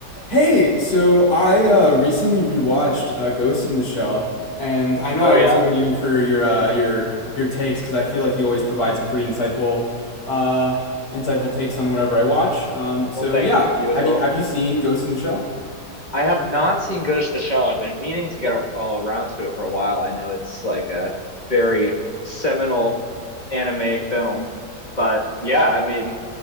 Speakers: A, on the left; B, on the left.
A: Hey, so I uh, recently rewatched uh, Ghost in the Shell, and I know I
B: Oh
A: always
B: yeah.
A: go to you for your uh, your your takes because I feel like you always provide some pretty insightful uh, insightful takes on whatever I watch. Um, so
B: Well, thank
A: yeah,
B: you. You
A: have
B: as well.
A: you have you seen Ghost in the Shell?
B: I have not seen Ghost of the Shell. I've been meaning to get a, all around to it for a while. I know it's like a very seminal anime film, but yeah, I mean,